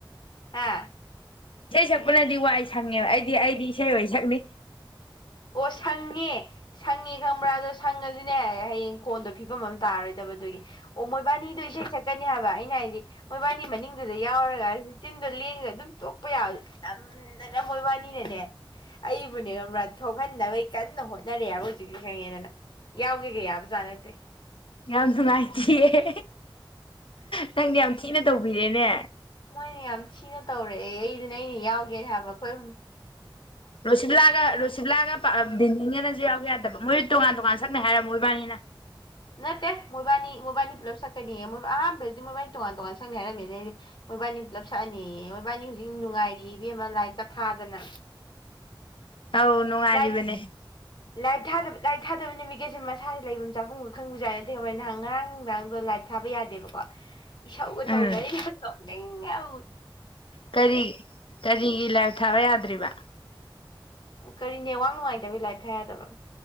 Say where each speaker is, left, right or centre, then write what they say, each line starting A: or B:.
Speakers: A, on the left (about 60°); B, on the left (about 75°).
A: ꯍꯥ꯫
B: ꯏꯁꯩ ꯁꯛꯄꯅꯗꯤ ꯋꯥꯏ ꯁꯪꯉꯦꯕ ꯑꯩꯗꯤ ꯑꯩꯗꯤ ꯏꯁꯩ ꯑꯣꯏ ꯁꯛꯅꯤ꯫
A: ꯑꯣ ꯁꯠ ꯏꯡꯉꯦ ꯁꯪꯉꯦ ꯈꯪꯕ꯭ꯔꯥ ꯑꯗꯣ ꯁꯪꯉꯥ ꯑꯗꯨꯅꯦ ꯍꯥꯌꯦꯡ ꯈꯣꯟꯗꯣ ꯐꯤꯕꯝ ꯑꯃ ꯇꯥꯔꯥꯔꯣꯏꯗꯕ ꯑꯗꯨꯒꯤ ꯫ ꯑꯣ ꯃꯣꯏꯕꯥꯟꯅꯤꯗꯣ ꯏꯁꯩ ꯁꯛꯀꯅꯤ ꯍꯥꯏꯕ ꯑꯩꯅ ꯍꯥꯏꯗꯤ ꯃꯣꯏꯕꯥꯟꯅꯤ ꯃꯅꯤꯡꯗꯨꯗ ꯌꯥꯎꯔꯒ ꯆꯤꯟꯗꯣ ꯂꯦꯡꯒ ꯑꯗꯨꯝ ꯇꯣꯛꯄ ꯌꯥꯕ ꯅꯝꯗꯅ ꯃꯣꯏꯕꯥꯟꯅꯤꯅꯅꯦ ꯑꯩꯕꯨꯅꯦ ꯕ꯭ꯔꯥ ꯊꯣꯛ ꯍꯟꯅꯕꯩ ꯀꯟꯅ ꯍꯣꯠꯅꯔꯤ ꯍꯥꯏꯕ ꯍꯧꯖꯤꯛꯁꯦ ꯍꯌꯦꯡ ꯑꯅ ꯌꯥꯎꯒꯦꯒ ꯌꯥꯕ ꯖꯥꯠ ꯅꯠꯇꯦ꯫
B: ꯌꯥꯝ ꯅꯨꯡꯉꯥꯏꯇꯤꯌꯦꯌꯦꯍꯦ ꯅꯪꯗꯤ ꯌꯥꯝ ꯊꯤꯅ ꯇꯧꯕꯤꯔꯦꯅꯦ
A: ꯃꯣꯏꯅꯦ ꯌꯥꯝ ꯊꯤꯅ ꯇꯧꯔꯛꯑꯦ ꯑꯩ ꯑꯗꯨꯅꯦ ꯑꯩꯩꯅ ꯌꯥꯎꯒꯦ ꯍꯥꯏꯕ ꯑꯩꯈꯣꯏ ꯑꯍꯨꯝ
B: ꯔꯣꯁꯤꯕꯥꯂꯥꯒ ꯔꯣꯁꯤꯕꯥꯂꯥꯒ ꯕꯤꯝꯕꯤꯝꯒꯅꯁꯨ ꯌꯥꯎꯒꯦ ꯌꯥꯗꯕ ꯃꯣꯏ ꯇꯣꯉꯥꯟ ꯇꯣꯉꯥꯟ ꯁꯛꯅꯤ ꯍꯥꯏꯔꯕ ꯃꯣꯏꯕꯥꯟꯅꯤꯅ
A: ꯅꯠꯇꯦ ꯃꯣꯏꯕꯥꯟꯅꯤ ꯃꯣꯏꯕꯥꯟꯅꯤ ꯄꯨꯂꯞ ꯁꯛꯀꯅꯦ ꯃꯣꯏ ꯑꯍꯥꯟꯕꯨꯗꯤ ꯃꯣꯏꯕꯥꯟꯅꯤ ꯇꯣꯉꯥꯟ ꯇꯣꯉꯥꯟꯅ ꯁꯛꯅꯤ ꯍꯥꯏꯔꯝꯃꯦ ꯑꯩꯗꯤ ꯃꯣꯏꯕꯥꯟꯅꯤ ꯄꯨꯜꯂꯞ ꯁꯛꯑꯅꯤꯌꯦ ꯃꯣꯏꯕꯥꯟꯅꯤ ꯍꯧꯖꯤꯛ ꯅꯨꯡꯉꯥꯏꯔꯤꯌꯦ ꯏꯕꯦꯝꯃ ꯂꯥꯏꯞꯀ ꯊꯥꯗꯅ
B: ꯑꯧ ꯅꯨꯡꯉꯥꯏꯔꯤꯕꯅꯦ
A: ꯂꯥꯏꯞ ꯂꯥꯏꯞ ꯊꯥꯗꯕ ꯂꯥꯏꯞ ꯊꯥꯗꯕ ꯅꯨꯃꯤꯠ ꯀꯩꯁꯦ ꯃꯁꯥꯁꯦ ꯂꯩꯐꯝ ꯆꯥꯐꯝꯒ ꯈꯪꯕ ꯖꯥꯠ ꯅꯠꯇꯦ ꯃꯣꯏ ꯅꯍꯥꯟ ꯉꯔꯥꯡ ꯅꯨꯡꯗꯥꯡꯗꯣ ꯂꯥꯏꯞ ꯊꯥꯕ ꯌꯥꯗꯦꯕꯀꯣ ꯏꯁꯧꯒ
B: ꯎꯝ
A: ꯇꯧꯅꯔꯤ ꯃꯌꯥꯝꯗꯣ ꯅꯪ ꯌꯥꯎꯑꯣ
B: ꯀꯔꯤ ꯀꯔꯤꯒꯤ ꯂꯥꯏꯞ ꯊꯥꯕ ꯌꯥꯗ꯭ꯔꯤꯕ
A: ꯀꯔꯤ ꯅꯦꯋꯥꯛ ꯅꯨꯡꯉꯥꯏꯇꯕꯒꯤ ꯂꯥꯏꯞ ꯊꯥ ꯌꯥꯗꯕ